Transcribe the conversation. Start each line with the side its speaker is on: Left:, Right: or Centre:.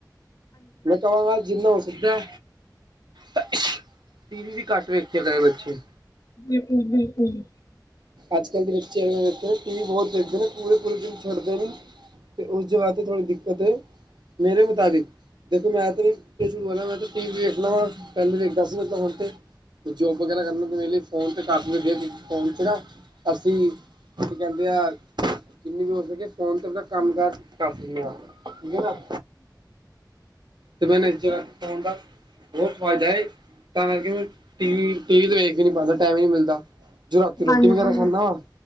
Right: ਮੈਂ ਕਵਾਂਗਾ ਜਿੰਨਾ ਹੋ ਸਕਦੈ ਟੀਵੀ ਵੀ ਘੱਟ ਵੇਖਿਆ ਕਰੇ ਬੱਚੇ।
Left: ਬਿਲਕੁਲ ਬਿਲਕੁਲ
Right: ਅੱਜ-ਕੱਲ ਦੇ ਬੱਚਿਆ ਐਵੇ ਤ ਟੀਵੀ ਬਹੁਤ ਦੇਖਦੇ ਨੇ, ਪੂਰੇ-ਪੂਰੇ ਦਿਨ ਛੱਡਦੇ ਨਹੀ। ਤੇ ਉਸ ਜਗ੍ਹਾ ਤੇ ਥੋੜੀ ਦਿੱਕਤ ਏ, ਮੇਰੇ ਮੁਤਾਬਿਕ। ਦੇਖੋ ਮੈਂ ਤੇ ਨੀ, ਫੇਸਬੁੱਕ ਵਾਲਾ ਮੈਂ ਤੇ ਟੀਵੀ ਵੇਖਨਾ ਵਾ, ਪਹਿਲੇ ਵੇਖਦਾ ਸੀ, ਨਹੀਂ ਤਾ ਹੁਣ ਤੇ ਜੋਬ ਵਗੈਰਾ ਕਰਨਾ ਤੇ ਵੇਹਲੇ ਫੋਨ ਤੇ ਕਾਫੀ ਵਧੀਆ ਚੀਜ ਫੋਨ'ਚ ਨਾ, ਅਸੀਂ ਕੀ ਕਹਿੰ ਜਿੰਨੀ ਵੀ ਹੋ ਸਕੇ ਫੋਨ 'ਤੇ ਅਪਣਾ ਕੰਮ-ਕਾਰ ਕਰ ਸਕਨੇ ਆਂ, ਠੀਕ ਏ ਨਾ। ਤੇ ਮੈਂ ਨਜਰ ਰੱਖ ਫੋਨ ਦਾ ਬਹੁਤ ਫਾਇਦਾ ਏ, ਤਾਂ ਕਰਕੇ ਮੈਂ, ਟੀਵੀ, ਟੀਵੀ ਤੇ ਵੇਖ ਵੀ ਨੀ ਪਾਂਦਾ, ਟਾਈਮ ਈ ਨਹੀਂ ਮਿਲਦਾ। ਜੋ ਰਾਤੀ ਰੋਟੀ
Left: ਹਾਂਜੀ
Right: ਵਗੈਰਾ ਖਾਂਨਾ ਵਾ,